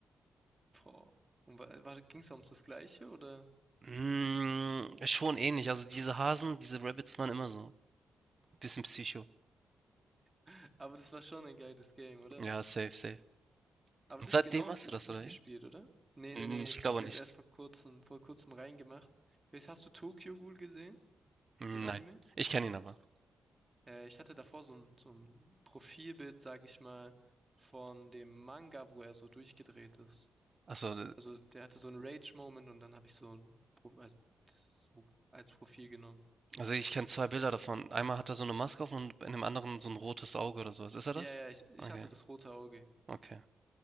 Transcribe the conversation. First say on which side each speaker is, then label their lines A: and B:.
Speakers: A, on the right; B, on the right.
A: Boah. Und war, war, ging es um das Gleiche, oder?
B: Mm, schon ähnlich. Also diese Hasen, diese Rabbids waren immer so. Bisschen Psycho.
A: <laughs> Aber das war schon ein geiles Game, oder?
B: Ja, safe, safe.
A: Aber
B: Und
A: das
B: seitdem
A: genau
B: hast
A: hast du
B: du
A: jetzt
B: das,
A: nicht
B: oder wie?
A: gespielt, oder? Nee,
B: Mm,
A: nee, nee,
B: Ich
A: ich
B: glaube
A: hab's jetzt
B: nicht.
A: erst vor kurzem, vor kurzem reingemacht. Jetzt hast du Tokyo Ghoul gesehen,
B: Mm,
A: den Anime?
B: Nein. Ich kenne ihn aber.
A: Äh, ich hatte davor so ein, so ein Profilbild, sag ich mal, von dem Manga, wo er so durchgedreht ist.
B: Also,
A: Also der hatte so einen Rage-Moment und dann habe ich so ein Pro als, das so als Profil genommen.
B: also ich kenne zwei Bilder davon. Einmal hat er so eine Maske auf und in dem anderen so ein rotes Auge oder sowas. Ist er das?
A: Ja, ja, ich, ich
B: Okay,
A: hatte das rote Auge.
B: okay.